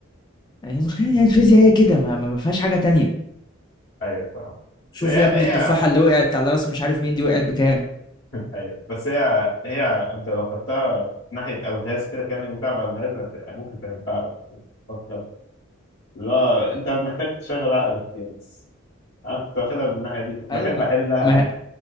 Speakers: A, on the left (about 20°); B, on the left (about 65°).
A: يعني المشكلة إن هي الفيزياء هي كده ما, ما ما فيهاش حاجة تانية
B: ايوه فاهم بس
A: شوف
B: هي
A: يا ابني
B: هي
A: التفاحة اللي وقعت على راس مش عارف مين دي وقعت بكام
B: ايوه بس هي هي انت لو خدتها ناحيه الغاز كده كانك بتلعب الغاز هت- ممكن تحبها أوي. تفكر لا انت محتاج تشغل عقلك فيها بس انا كنت واخدها من الناحيه دي كنت
A: أيوة
B: بحب احلها
A: ما